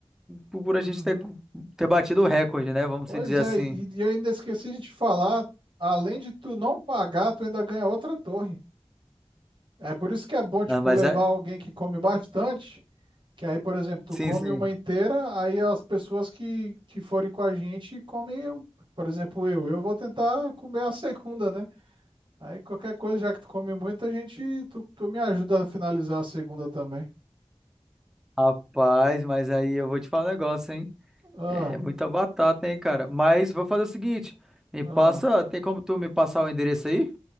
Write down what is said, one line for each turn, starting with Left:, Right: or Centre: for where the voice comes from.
Centre: por por
Right: Uhum.
Centre: a gente ter, ter batido o recorde, né? Vamos
Right: Pois
Centre: se dizer
Right: é,
Centre: assim.
Right: e e eu ainda esqueci de te falar, além de tu não pagar, tu ainda ganha outra torre. É por isso que é bom, tipo,
Centre: Ah, mas
Right: levar
Centre: é...
Right: alguém que come bastante, que aí, por exemplo, tu
Centre: Sim,
Right: come
Centre: sim.
Right: uma inteira, aí as pessoas que, que forem com a gente comem, eu. por exemplo, eu. Eu vou tentar comer a segunda, né? Aí qualquer coisa, já que tu come muito, a gente, tu, tu me ajuda a finalizar a segunda também.
Centre: Rapaz, mas aí eu vou te falar um negócio, hein?
Right: Ah,
Centre: É muita batata, hein, cara? Mas vou fazer o seguinte: me
Right: ah,
Centre: passa, tem como tu me passar o endereço aí?